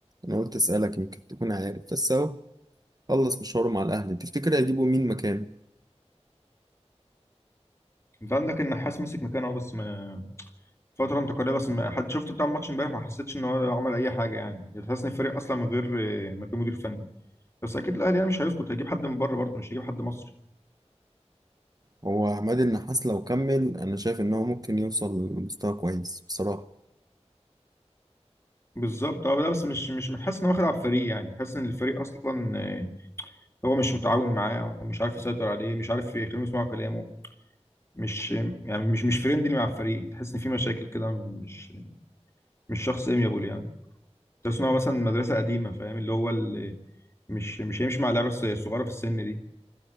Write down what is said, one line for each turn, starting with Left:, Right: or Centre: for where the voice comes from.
Right: انا قلت اسالك يمكن تكون عارف بس اهو خلص مشواره مع الاهلي تفتكر هيجيبوا مين مكانه
Left: انت عندك النحاس مسك مكانه اهو بس ما فترة انتقالية بس ما حد شفت بتاع الماتش امبارح ما حسيتش ان هو عمل اي حاجة يعني يعني تحس ان الفريق اصلا من غير من غير مدير فني بس اكيد الاهلي يعني مش هيسكت هيجيب حد من بره برضه مش هيجيب حد مصري
Right: هو عماد النحاس لو كمل انا شايف ان هو ممكن يوصل لمستوى كويس بصراحة
Left: بالظبط اه لا بس مش مش مش حاسس ان هو واخد على الفريق يعني حاسس ان الفريق اصلا آه، هو مش متعاون معاه ومش عارف يسيطر عليه مش عارف يخليهم يسمعوا كلامه مش يعني مش مش فريندلي مع الفريق تحس ان في مشاكل كده مش مش شخص اميابول يعني تحس ان هو مثلا مدرسه قديمه فاهم اللي هو اللي مش مش هيمشي مع اللعيبه الص- الصغيره في السن دي